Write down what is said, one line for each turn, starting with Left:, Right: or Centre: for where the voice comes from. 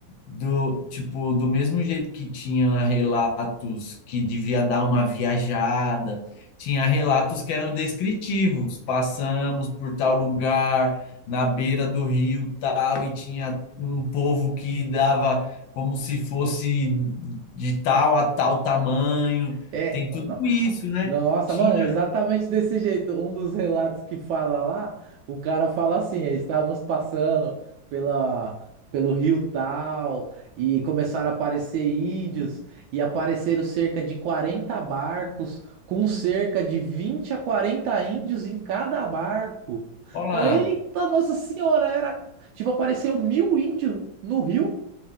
Left: do, tipo, do mesmo jeito que tinha relatos que devia dar uma viajada, tinha relatos que eram descritivos. Passamos por tal lugar, na beira do rio tal, e tinha um povo que dava como se fosse de tal a tal tamanho.
Right: É,
Left: Tem tudo
Right: não.
Left: isso, né?
Right: Nossa,
Left: Tinha,
Right: mano, é exatamente desse jeito. Um dos relatos que fala lá, o cara fala assim: "É, estávamos passando pela, pelo rio tal e começaram a aparecer índios e apareceram cerca de 40 barcos com cerca de 20 a 40 índios em cada barco.
Left: olá.
Right: Falei, eita, Nossa Senhora, era tipo, apareceu mil índios no rio